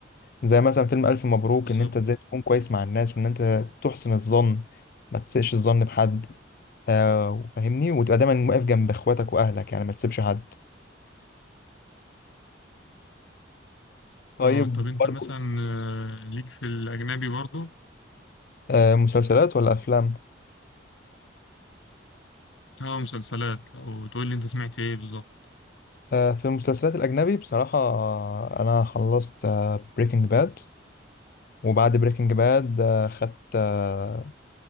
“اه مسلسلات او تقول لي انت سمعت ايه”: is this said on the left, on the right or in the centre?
Left